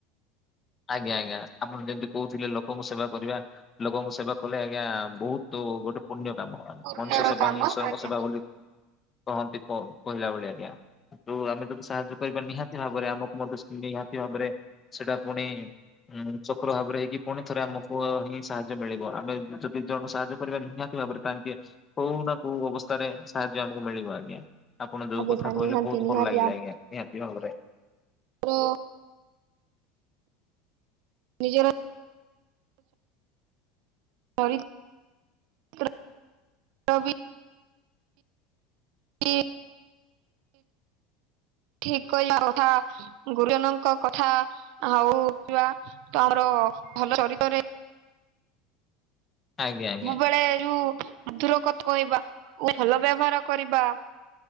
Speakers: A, on the left; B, on the right.
A: ଆଜ୍ଞା ଆଜ୍ଞା। ଆପଣ ଯେମିତି କହୁଥିଲେ ଲୋକଙ୍କୁ ସେବା କରିବା, ଲୋକଙ୍କୁ ସେବା କଲେ ଆଜ୍ଞା ବହୁତ ତୁ ଗୋଟେ ପୁଣ୍ୟ କାମ ଆ।
B: ପୂର୍ଣ୍ଣର
A: ମଣିଷ ସେବା
B: କାମ
A: ହିଁ ଈଶ୍ୱରଙ୍କ
B: ଆଜ୍ଞା।
A: ସେବା ବୋଲି କହନ୍ତି ପ କହିଲା ଭଳି ଆଜ୍ଞା। ତ ଆମେ ଯଦି ସାହାଯ୍ୟ କରିବା ନିହାତି ଭାବରେ ପରେ ଆମକୁ ମଧ୍ୟ ସେ ନିହାତି ଭାବରେ ସେଇଟା ପୁଣି ଉଁ ଚକ୍ର ଭାବରେ ହେଇକି ପୁଣି ଥରେ ଆମକୁ ହିଁ ସାହାଯ୍ୟ ମିଳିବ। ଆମେ ଯଦି ଦି ଜଣଙ୍କୁ ସାହାଯ୍ୟ କରିବା ନିହାତି ଭାବରେ ଟାର୍ଗେଟ, କୋଉ ନା କୋଉ ଅବସ୍ଥାରେ ସାହାଯ୍ୟ ଆମକୁ ମିଳିବ ଆଜ୍ଞା। ଆପଣ ଯୋଉ
B: ଆଜ୍ଞା
A: କଥା
B: ସାର୍
A: କହିଲେ
B: ନିହାତି
A: ବହୁତ
B: ନିହାତି
A: ଭଲ ଲାଗିଲା ଆଜ୍ଞା, ନିହାତି ଭାବରେ।
B: ଆମର ନିଜର <unintelligible> <unintelligible> ଠିକ୍ କହିଲ କଥା ଗୁରୁଜନଙ୍କ କଥା ହଉ ରଖିବା ତ ଆମର ଭଲ ଚରିତରେ
A: ଆଜ୍ଞା ଆଜ୍ଞା
B: ସବୁବେଳେ ଯୋଉ ମଧୁର କଥା କହିବା, ମାନେ ଭଲ ବ୍ୟବହାର କରିବା